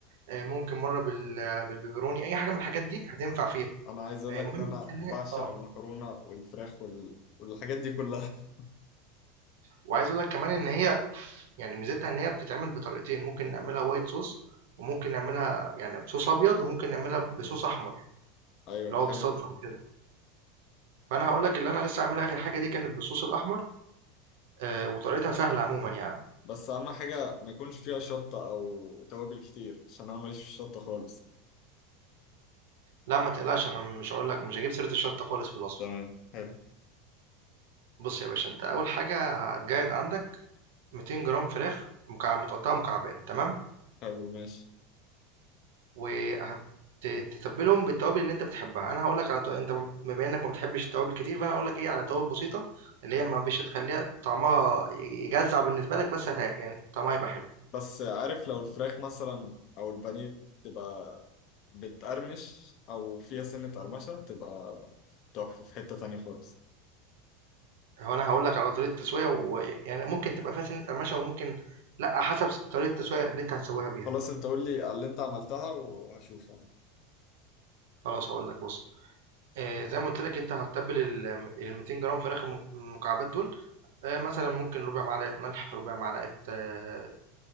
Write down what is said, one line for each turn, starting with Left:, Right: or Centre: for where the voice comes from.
Right: آآ ممكن مرّة بال بالبيبروني، أي حاجة من الحاجات دي هتنفع فيها،
Left: انا عايز اقول
Right: آآ
Left: لك
Right: المهم
Left: ان انا
Right: بس إن هي
Left: بعشق
Right: آه،
Left: المكرونة والفراخ وال... والحاجات دي كلها <laughs>
Right: وعايز أقول لك كمان إن هي ف يعني ميزتها إن هي بتتعمل بطريقتين، ممكن نعملها white sauce وممكن نعملها يعني بصوص أبيض، وممكن نعملها بصوص أحمر،
Left: ايوه
Right: اللي هو
Left: حلو
Right: بالصلصة وكده، فأنا هاقول لك اللي أنا لسه عاملها آخر حاجة دي كانت بالصوص الأحمر، آآ وطريقتها سهلة عمومًا يعني،
Left: بس اهم حاجه ما يكونش فيها شطه او توابل كتير عشان انا ماليش في الشطه خالص
Right: لأ ما تقلقش أنا مش هاقول لك مش هاجيب سيرة الشطة خالص في الوصفة،
Left: تمام حلو
Right: بُص يا باشا أنت أول حاجة هتجهز عندك 200 جرام فراخ مكع متقطعة مكعبات تمام؟
Left: حلو ماشي
Right: وهتتبلهم بالتوابل اللي انت بتحبها انا هقول لك على تو... انت م- بما انك ما بتحبش التوابل كتير فانا هقول لك ايه على توابل بسيطه اللي هي ما مش هتخليها طعمها يجزع بالنسبه لك بس هت... يعني طعمها يبقى حلو
Left: بس عارف لو الفراخ مثلا او البانيه تبقى بتقرمش او فيها سنه قرمشه تبقى تحفه في حته تانية خالص
Right: هو انا هقول لك على طريقه التسويه ويعني ممكن تبقى فيها سنه قرمشه وممكن لا حسب طريقه التسويه اللي انت هتسويها بيها
Left: خلاص انت قول لي على اللي انت عملتها وهشوف انا
Right: خلاص هقول لك بص آه، زي ما قلت لك انت هتتبل ال 200 جرام فراخ الم- المكعبات دول آه، مثلا ممكن ربع معلقه ملح ربع معلقه آه،